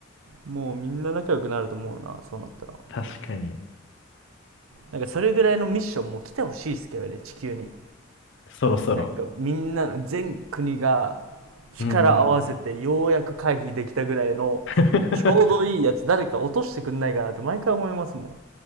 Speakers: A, on the right; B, on the left.
A: もうみんな仲良くなると思うな、そうなったら。
B: 確かに。
A: なんかそれぐらいのミッションも来てほしいですけどね、地球に。
B: そろそろ。
A: なんかみんなの全国が力合わせてようやく回避できたぐらいのちょうどいいやつ誰か落としてくんないかなって毎回思いますも
B: うん。<laughs>